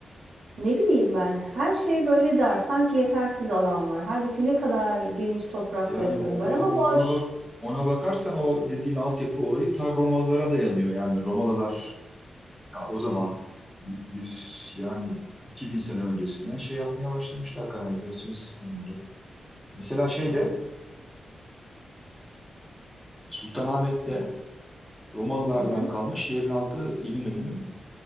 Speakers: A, on the right; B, in the centre.
A: Ne bileyim ben her şey böyle dar sanki yetersiz alan var. Halbuki ne kadar geniş topraklarımız
B: Yani o, o-
A: var ama boş.
B: ona bak ona bakarsan o dediğin altyapı olayı ta Romalılara dayanıyor. Yani Romalılar ta o zaman yüz yani 2000 sene öncesinden şey yapmaya başlamışlar kanalizasyon sistemleri. Mesela şeyde Sultanahmet'te Romalılardan
A: Hı hı,
B: kalma şehrin altı İminönü'nün